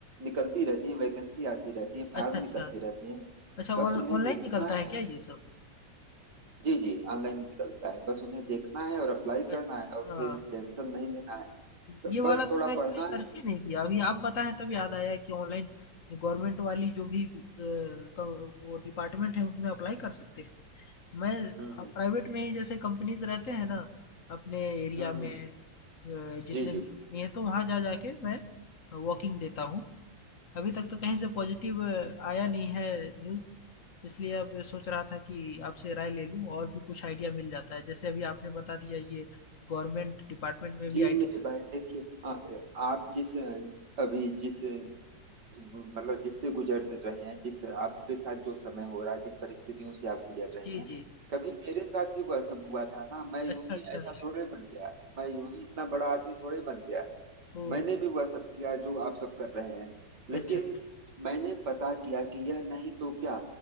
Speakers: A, on the right; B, on the left.
A: निकलती रहती है वैकेंसी आती रहती है फार्म
B: अच्छा, अच्छा।
A: निकलते रहते हैं
B: अच्छा
A: बस
B: ऑन
A: उन्हें
B: ऑनलाइन
A: देखना
B: निकलता है
A: है
B: क्या ये सब?
A: जी जी ऑनलाइन ही निकलता है बस उन्हें देखना है और अप्लाई
B: अच्छा,
A: करना है और फिर टेंशन नहीं लेना है सब
B: ये वाला
A: बस
B: तो
A: थोड़ा
B: मैं कभी
A: पढ़ना
B: सर्च
A: है
B: ही नहीं किया। अभी आप बताएँ तब याद आया कि ऑनलाइन गवर्नमेंट वाली जो भी अ, क वो डिपार्टमेंट है उनमें अप्लाई कर सकते हैं। मैं
A: हम्म
B: अ, प्राइवेट
A: हम्म
B: में ही जैसे कंपनीज़ रहते हैं ना अपने एरिया
A: हम्म
B: में
A: हम्म,
B: अ, जितने
A: जी
B: भी
A: जी
B: कंपनी है तो वहाँ जा जा के मैं वॉकिंग देता हूँ। अभी तक तो कहीं से पॉजिटिव आया नहीं है न्यूज़। इसलिए अब सोच रहा था कि आपसे राय ले लूँ और भी कुछ आइडिया मिल जाता है। जैसे अभी आपने बता दिया ये गवर्नमेंट डिपार्टमेंट में
A: जी
B: भी आईटी
A: मेरे
B: का रहता
A: भाई
B: है।
A: देखिए आ- आप जिस अभी जिस मतलब जिससे गुजर रहे हैं जिस आपके साथ जो समय हो रहा है जिन परिस्थितियों से आप गुजर रहे
B: जी,
A: हैं
B: जी।
A: कभी मेरे साथ भी वह सब हुआ था ना मैं यूं
B: अच्छा,
A: ही
B: अच्छा।
A: ऐसा थोड़े बन गया मैं यूं ही इतना बड़ा आदमी थोड़े बन गया
B: ओह!
A: मैंने भी वह सब किया जो आप सब कर रहे हैं लेकिन
B: अच्छा, अच्छा।
A: मैंने पता किया कि यह नहीं तो क्या